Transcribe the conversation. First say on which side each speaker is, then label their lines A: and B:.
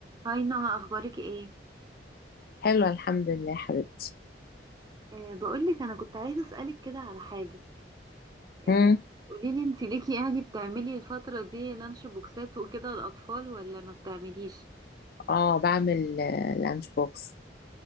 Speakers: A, on the right; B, on the left.
A: هاي نهى اخبارك ايه
B: حلوة الحمد لله يا حبيبتي
A: أه بقولك انا كنت عايزه اسالك كده على حاجه أه
B: مم.
A: قوليلي انت ليكي يعني بتعملي الفتره دي لانش بوكسات وكده للاطفال ولا ما بتعمليش
B: اه بعمل آه، لانش بوكس